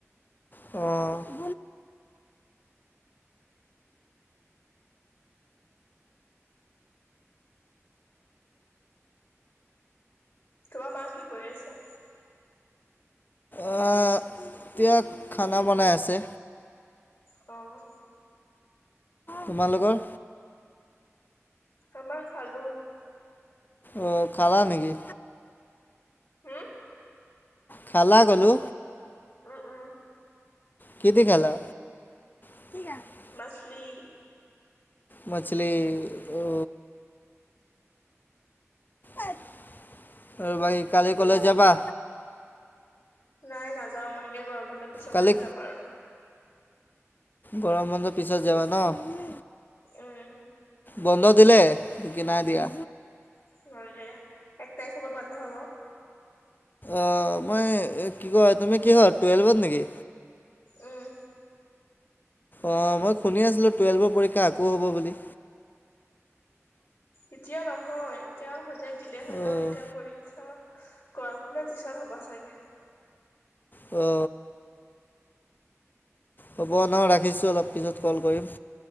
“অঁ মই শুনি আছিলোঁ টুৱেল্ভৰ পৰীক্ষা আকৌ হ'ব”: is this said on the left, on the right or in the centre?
Left